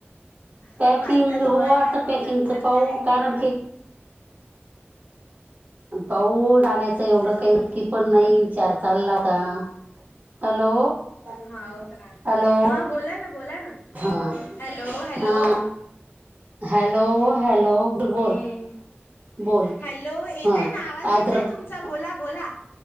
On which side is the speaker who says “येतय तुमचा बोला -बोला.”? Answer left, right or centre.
Left